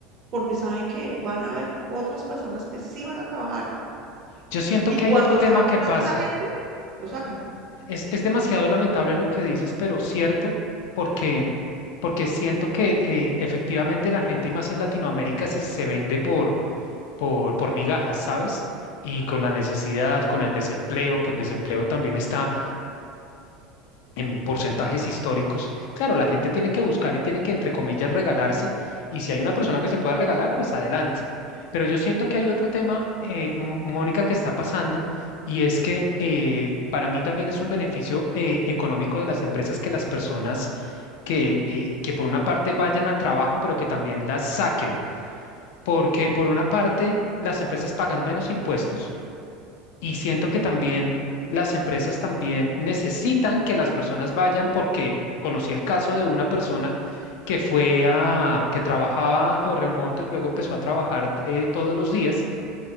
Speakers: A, on the right (about 40°); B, on the left (about 70°).
A: porque saben que van a haber otras personas que sí van a trabajar
B: Yo siento
A: y
B: que
A: cuando
B: hay otro tema
A: se aburran
B: que pasa.
A: de esa gente, lo sacan.
B: Es, es demasiado lamentable lo que dices, pero cierto, porque, porque siento que eh, efectivamente la gente, y más en Latinoamérica, se, se vende por, por, por migajas, ¿sabes? Y con la necesidad, con el desempleo, que el desempleo también está, en porcentajes históricos. Claro, la gente tiene que buscar y tiene que, entre comillas, regalarse. Y si hay una persona que se pueda regalar, pues adelante. Pero yo siento que hay otro tema, eh, Mo- Mónica, que está pasando y es que eh, para mí también es un beneficio eh, económico de las empresas que las personas que, eh, que por una parte vayan al trabajo, pero que también las saquen, porque por una parte las empresas pagan menos impuestos y siento que también las empresas también necesitan que las personas vayan porque conocí el caso de una persona que fue a, que trabajaba en remoto y luego empezó a trabajar eh, todos los días.